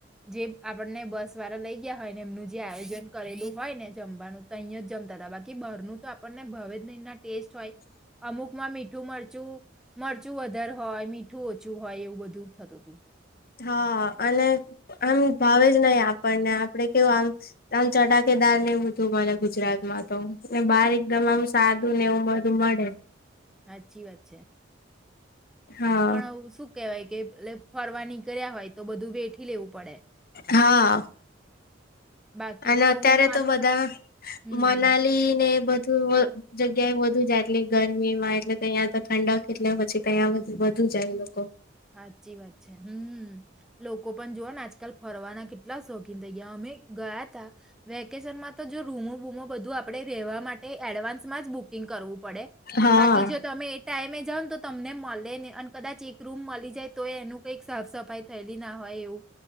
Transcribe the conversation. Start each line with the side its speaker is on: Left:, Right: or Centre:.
Centre: જે આપણને બસ વાળા લઈ ગયા હોય ને એમનું જે આયોજન કરેલું હોય ને જમવાનું તો અહીં જમતા હતા બાકી બરનું તો આપણને ભવે એના ટેસ્ટ હોય. મીઠું મરચું મરચું વધારે હોય મીઠું ઓછું હોય એવું બધું થતું હતું.
Left: હા અને આમ ભાવે જ નહી આપણને આપડે કેવું આમ આમ ચટાકેદાર ને બધું મળે ગુજરાતમાં તો ને બહાર એકદમ આમ સાદું ને એવું બધું મળે.
Centre: હચી વાત છે.
Left: હા
Centre: પણ શું કહેવાય કે એ ફરવા ન કર્યા હોય તો બધું બેઠી લેવું પડે.
Left: હા
Centre: બાકી
Left: અને
Centre: તો
Left: અત્યારે
Centre: હું માનું
Left: તો બધા
Centre: ને હમ
Left: મનાલી
Centre: હમ
Left: ને બધ જગ્યાએ વધુ જાય એટલી ગરમી માં એટલે કે તહીં તો ઠંડક કેટલે પછી તો અહીં વધુ જાય લોકો
Centre: સાચી વાત છે, હમ, લોકો પણ જોવા ને આજકાલ ફરવાના કેટલા શોખીન થઈ ગયા અમે ગયા તા વેકેશનમાં તો જો રૂમો રૂમો બધું આપણે રહેવા માટે એડવાન્સમાં જ બુક બુકિંગ કરું પડે,
Left: હા
Centre: બાકી જો તમે એ ટાઈમે જાવ તો તમને મલેની અને કદાચ રૂમ મલી જાય તોય એનું કંઈક સાફ સફાઈ થયેલી ના હોય એવું